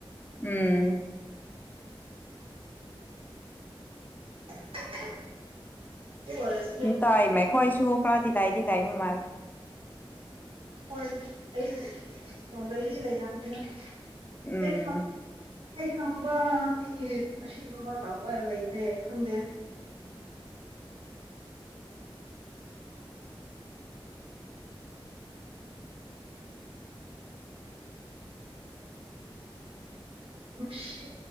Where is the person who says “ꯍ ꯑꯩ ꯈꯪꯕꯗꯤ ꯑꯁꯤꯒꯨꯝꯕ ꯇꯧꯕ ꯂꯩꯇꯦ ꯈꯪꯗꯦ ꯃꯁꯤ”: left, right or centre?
Right